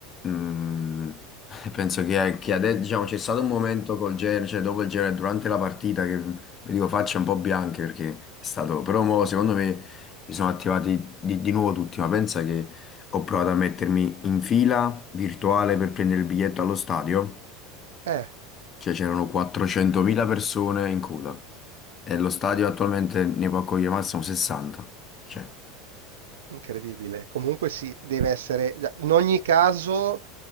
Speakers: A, on the left; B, on the right.
A: mm, <laughs> penso che, che adesso, diciamo, c'è stato un momento col Genoa, cioè dopo il Genoa, e durante la partita, che vi dico facce un po' bianche perché è stato... Però mo, secondo me si sono attivati di, di nuovo tutti, ma pensa che ho provato a mettermi in fila virtuale per prendere il biglietto allo stadio,
B: Eh.
A: cioè c'erano 400.000 persone in coda. E lo stadio attualmente ne può accogliere massimo 60. Cioè,
B: Incredibile. Comunque sì, deve essere... In ogni caso,